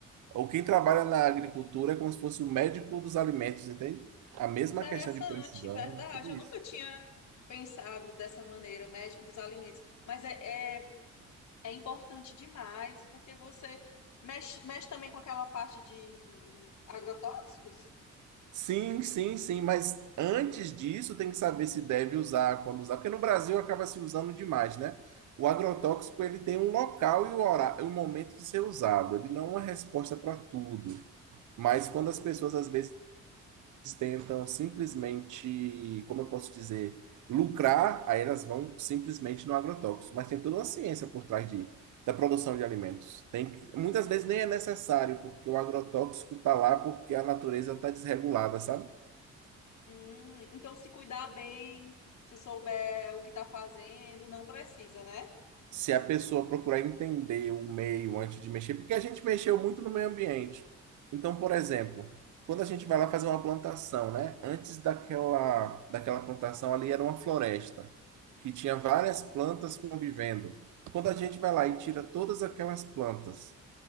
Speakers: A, on the right (about 75°); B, on the left (about 65°).
A: o quem trabalha na agricultura é como se fosse o médico dos alimentos, entende? A mesma
B: Interessante,
A: questão de precisão,
B: verdade.
A: tudo
B: Eu
A: isso.
B: nunca tinha pensado dessa maneira, médico dos alimentos. Mas é, é, é importante demais, porque você mexe, mexe também com aquela parte de agrotóxicos.
A: Sim, sim, sim, mas antes disso tem que saber se deve usar, quando usar, porque no Brasil acaba se usando demais, né? O agrotóxico ele tem um local e o horário, o momento de ser usado, ele não é uma resposta para tudo. Mas quando as pessoas às vezes tentam simplesmente, como eu posso dizer, lucrar, aí elas vão simplesmente no agrotóxico. Mas tem toda uma ciência por trás de, da produção de alimentos. Tem, que- muitas vezes nem é necessário, porque o agrotóxico está lá porque a natureza está desregulada, sabe?
B: Hum, então, se cuidar bem, se souber o que está fazendo, não precisa, né?
A: se a pessoa procurar entender o meio antes de mexer, porque a gente mexeu muito no meio ambiente. Então, por exemplo, quando a gente vai lá fazer uma plantação, né? Antes daquela, daquela plantação ali era uma floresta, que tinha várias plantas convivendo. Quando a gente vai lá e tira todas aquelas plantas